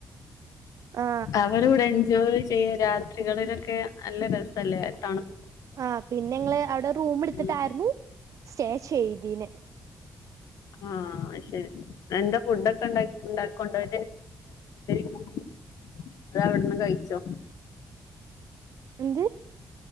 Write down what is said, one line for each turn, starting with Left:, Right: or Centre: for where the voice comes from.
Right: ആ
Left: അവര് ഇവടെ എൻജോയ് ചെയ്യ് രാത്രികളിലൊക്കെ നല്ല രസല്ലേ തണു
Right: ആഹ് പിന്നെ ഇങ്ങള് അവടെ റൂം എടുത്തിട്ടായിരുന്നു
Left: ഉം
Right: സ്റ്റേ ചെയ്തീന്
Left: ആഹ് അയ് ശരി എന്താ ഫുഡ് ഒക്കെ ഇണ്ടാക്കി ഇണ്ടാക്കണ്ടോ <unintelligible> അതവിടുന്ന് കയിച്ചോ
Right: എന്ത്